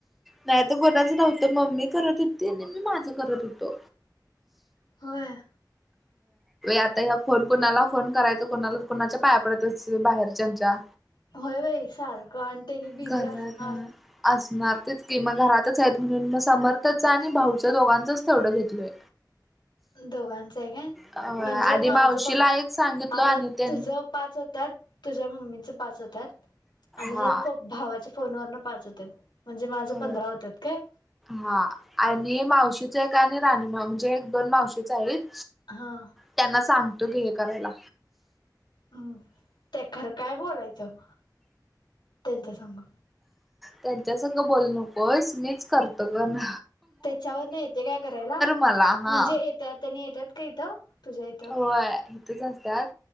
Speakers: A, in the centre; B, on the left (about 80°).
A: नाही तर कोणाचं नव्हतं. मम्मी करत होती नि मी माझं करत होतो.
B: होय.
A: आता या फोन, कोणाला फोन करायचा? कोणाला कोणाच्या पाया पडायच्या असं बाहेरच्यांच्या.
B: होय बाई. सारखं आणि ते बी बिझी
A: घरात
B: असणार.
A: हा असणार तेच. की मग घरातच आहेत. म्हणून म समर्थचं आणि भाऊचं दोघांचंच तेवढं घेतलंय.
B: दोघांचय काय?
A: अ आणि
B: म्हणजे माझं
A: मावशीला
B: बघ.
A: एक सांगितलो
B: आता
A: आणि त्यां
B: तुझं पाच होत्यात- तुझ्या मम्मीचं पाच होत्यात आणि
A: हा
B: भावाच्या फोनवरनं पाच होत्यात. म्हणजे माझं
A: अ
B: पंधरा होतात काय?
A: हा आणि मावशीचं एक आणि राणीमॉमचं एक एक दोन मावशीचं एक.
B: हां.
A: त्यांना सांगतो की हे करायला.
B: हम्म. त्यात खरं काय बोलायचं त्यांच्या संग?
A: त्यांच्या संग बोलू नकोस. मीच करतो गण-
B: त्याच्यावरन येते काय करायला?
A: मला हा
B: म्हणजे येत्यात त्यांनी येत्यात का इथं तुझ्या इथं?
A: व्हय इथंच असत्यात.